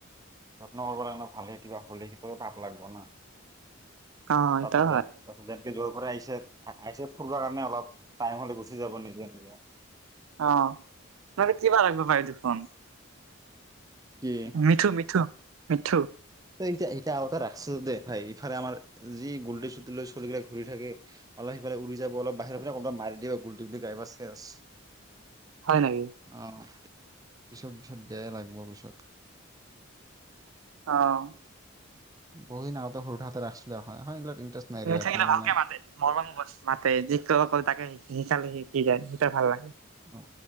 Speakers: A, on the right; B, on the right.
A: যত্ন কৰিব লাগে ভালে কিবা হ'লে সটো পাপ লাগব না ।
B: অ
A: তাত
B: এইটো হয়
A: দন তাত দন <unintelligible> যৰ পৰা আহিছে আহিছে ফুৰিব কাৰণে অলপ টাইম হ'লে গুচি যাব নিজে-। উ <unintelligible>
B: অহ মানে কিবা লাগিব পায় দেখোন।
A: কি?
B: মিঠু মিঠু মিঠু
A: এতিয়া এতিয়া আৰু এটা ৰাখিছো দে ভাই ইফালে আমাৰ যি গোলটি চুটি লৈ চলিগিলাক ঘূৰি থাকে অলপ সিফাল উৰি যাব অলপ বাহিৰৰ পৰা কবাত মাৰি দিব গো্টি গি গাই বা চেচ। <inaudible>
B: হয় নেকি
A: অহ পিছত ভিছত বেয়াই লাগিব পিছত
B: অহ
A: বহু দিন আগতে সৰু হাতে ৰাখছিলো এখন ইণ্টাৰেষ্ট নাই ৰে
B: নাথাকিলে
A: এখন মানে
B: ভালকে মাতে মৰম বছ মাতে যি ক ক তাকে শ শিকালে শিকি যায় ভাল লাগে
A: অ